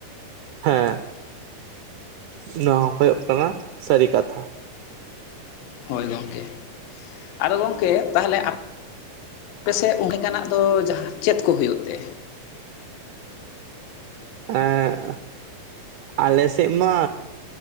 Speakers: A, on the right; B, on the left.
A: ᱦᱮᱸ, ᱥᱤᱱᱟᱣ ᱦᱩᱭᱩᱜ ᱠᱟᱱᱟ ᱥᱟᱹᱨᱤ ᱠᱟᱛᱷᱟ᱾
B: ᱦᱚᱭ ᱜᱚᱝᱠᱮ ᱟᱫᱚ ᱜᱚᱝᱠᱮ ᱛᱟᱦᱞᱮ ᱟᱯ ᱟᱯᱮᱥᱮᱡ ᱚᱱᱠᱟᱱᱟᱜ ᱫᱚ ᱡᱟᱦᱟᱸ ᱪᱮᱫ ᱠᱚ ᱦᱩᱭᱩᱜ ᱛᱮ?
A: ᱮᱸ ᱟᱞᱮ ᱥᱮᱫ ᱢᱟ